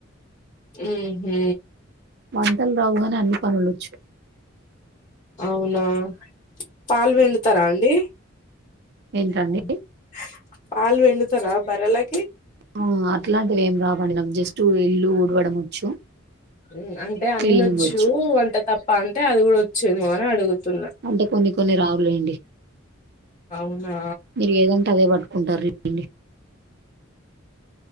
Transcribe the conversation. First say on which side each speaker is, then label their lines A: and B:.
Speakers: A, on the left; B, on the right.
A: ఉహు
B: వంటలు రావుగాని అన్ని పనులొచ్చు
A: అవునా పాలు పిండుతారా అండి
B: ఏంటండి?
A: ఏండి పాలు పిండుతారా బర్రెలకీ
B: ఆ! అట్లాంటివేం రావండి నాకు జస్ట్ ఇల్లు ఊడవడం వచ్చు.
A: ఉ అంటే అన్నొచ్చు
B: క్లీనింగ్ వచ్చు.
A: వంట తప్ప అంటే అది కూడా వచ్చేమో అని అడుగుతున్నా
B: అంటే కొన్ని కొన్ని రావులేండి.
A: అవునా
B: మీరు ఏదంటే అదే పట్టుకుంటారు అండి